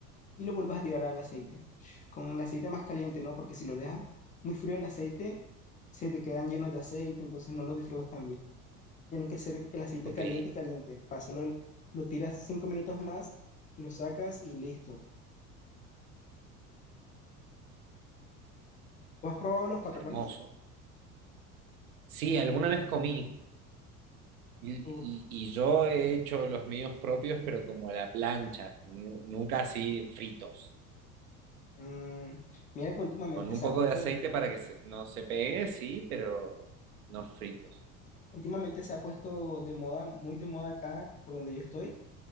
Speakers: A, on the left; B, on the right.
A: y lo vuelves a tirar al aceite. Con el aceite más caliente, ¿no? Porque si lo dejas muy frío el aceite, se te quedan llenos de aceite, entonces no lo disfrutas tan bien. Tiene que ser el aceite
B: ok.
A: caliente, caliente. Pásalo, el- lo tiras cinco minutos más, lo sacas y listo. ¿Tú has probado los patacones?
B: Hermoso. Sí, alguna vez comí. Y, y-
A: Uf,
B: y yo he hecho los míos propios, pero como a la plancha, nu- nunca así fritos.
A: mm, mira que últimamente
B: Con un
A: se
B: poco
A: ha puesto
B: de aceite
A: de,
B: para que se- no se pegue, sí, pero no fritos.
A: últimamente se ha puesto de moda, muy de moda acá por donde yo estoy